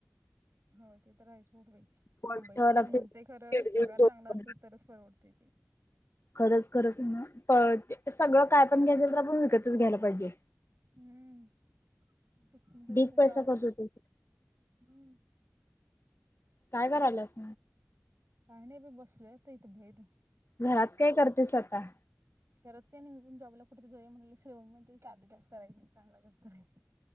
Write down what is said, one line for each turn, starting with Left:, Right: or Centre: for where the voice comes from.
Right: हो ते तर हाय सोड बई.
Left: डिपॉझिट
Right: मुंबईच
Left: ठेवाय लागतय
Right: म्हणतय खरं,
Left: दीड दीड
Right: पगार
Left: दोन
Right: चांगला असला
Left: दोन
Right: तरच परवडतय ते
Left: खरंच खरंच <unintelligible> सगळं काय पण घ्यायच तर आपण विकतच घ्यायला पाहिजे,
Right: हम्म टुकुम टुकुम
Left: ढीग पैसा
Right: गावा
Left: खर्च होतोय.
Right: हम्म
Left: काय कराल्यास?
Right: काही नाही बी बसलोय इथ बहिर.
Left: घरात काय करतेस आता?
Right: करत काय नाही मी पण जॉबला कुठे तर, जाऊया म्हणालोय साधं जॉब करायचं नाही, चांगला जॉब करायच.